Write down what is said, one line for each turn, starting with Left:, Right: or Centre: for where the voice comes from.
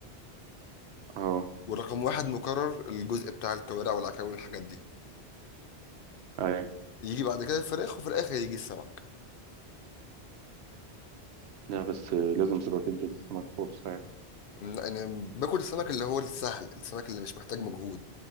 Right: أه
Left: ورقم واحد مكرر الجزء بتاع الكوارع والعكاوي والحاجات دي
Right: أيوة
Left: يجي بعد كده الفراخ وفي الاخر يجي السمك
Right: لا بس لازم تبقى تدي للسمك فرصة يعني.
Left: انا باكل السمك اللي هو السهل السمك اللي مش محتاج مجهود